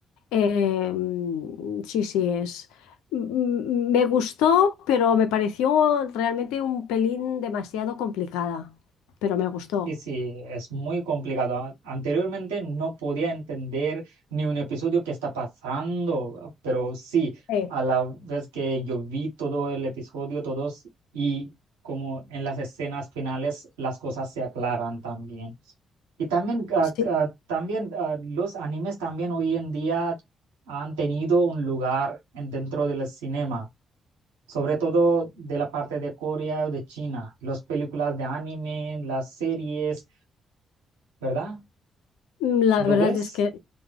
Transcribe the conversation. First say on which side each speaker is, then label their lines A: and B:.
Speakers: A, on the left; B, on the right.
A: Eh, mm, sí, sí, es. mm, Me gustó, pero me pareció realmente un pelín demasiado complicada, pero me gustó.
B: Sí, sí, es muy complicado. A- Anteriormente no podía entender ni un episodio que está pasando, pero sí,
A: Sí.
B: a la vez que yo vi todo el episodio, todos, y como en las escenas finales, las cosas se aclaran también. Y también, ah,
A: Sí,
B: ah, también ah, los animes también hoy en día han tenido un lugar en- dentro del cinema. sobre todo de la parte de Corea o de China, las películas de anime, las series, ¿verdad?
A: mm, la
B: ¿Lo
A: verdad
B: ves?
A: es que,